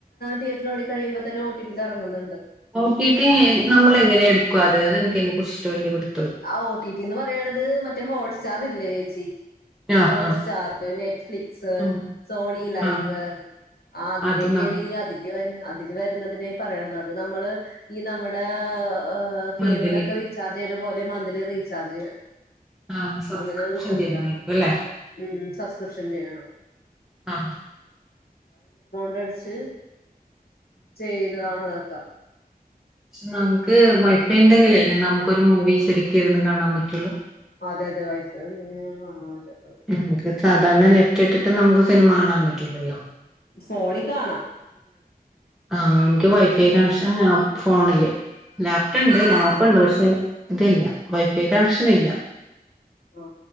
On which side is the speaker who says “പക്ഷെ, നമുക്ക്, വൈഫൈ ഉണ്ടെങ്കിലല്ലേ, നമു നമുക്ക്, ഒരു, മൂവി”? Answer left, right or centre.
Centre